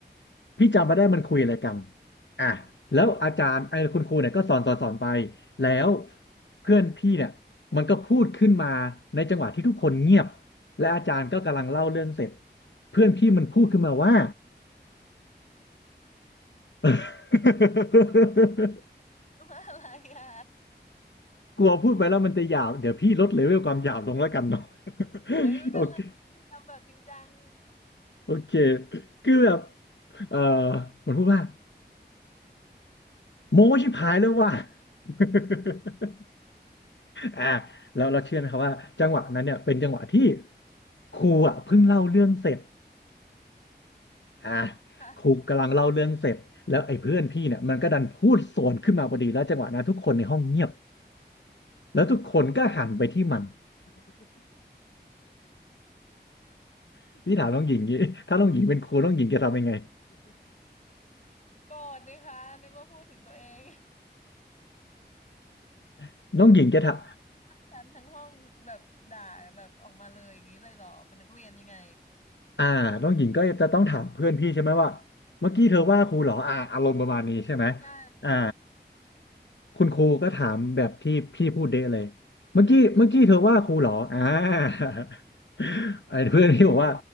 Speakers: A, on the left (about 85°); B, on the left (about 40°).
A: พี่จำไม่ได้มันคุยอะไรกันอ่ะแล้วอาจารย์ไอ้คุณครูเนี่ยก็สอนสอนสอนไป
B: ค่ะ
A: แล้วเพื่อนพี่เนี่ยมันก็พูดขึ้นมาในจังหวะที่ทุกคนเงียบและอาจารย์ก็กำลังเล่าเรื่องเสร็จเพื่อนพี่มันพูดขึ้นมาว่า <laughs>
B: <laughs> ว่าอะไรอ่ะ
A: กลัวพูดไปแล้วมันจะหยาบเดี๋ยวพี่ลดเลเวลความหยาบลงแล้วกันเนาะ <laughs>
B: เฮ้ยไม่เป็นไร
A: โอเค
B: ทำแบบจริงจัง
A: โอเคคือแบบเออมันพูดว่าโม้ชิบหายแล้วว่ะ <laughs> อ่าแล้วเราเชื่อไหมครับว่าจังหวะนั้นเนี่ยเป็นจังหวะที่ครูอ่ะเพิ่งเล่าเรื่องเสร็จอ่า
B: <laughs>
A: ครูกำลังเล่าเรื่องเสร็จแล้วไอ้เพื่อนพี่เนี่ยมันก็ดันพูดสวนขึ้นมาพอดีแล้วจังหวะนั้นทุกคนในห้องเงียบแล้วทุกคนก็หันไปที่มัน <laughs> พี่ถามน้องหญิงงี้ถ้าน้องหญิงเป็นครูน้องหญิงจะทำยังไง
B: โกรธนะคะนึกว่าพูดถึงตัวเอง
A: <laughs> น้องหญิงจะทำ
B: ฉันทั้งห้องแบบด่าแบบออกมาเลยอย่างนี้เลยเหรอเป็นนักเรียนยังไง
A: อ่าน้องหญิงก็จะต้องถามเพื่อนพี่ใช่ไหมว่าเมื่อกี้เธอว่าครูเหรออ่าอารมณ์ประมาณนี้ใช่ไหม
B: อืมใช่
A: อ่าคุณครูก็ถามแบบที่พี่พูดเดะเลยเมื่อกี้เมื่อกี้เธอว่าครูเหรออ่า <laughs> ไอ้เพื่อนพี่บอกว่า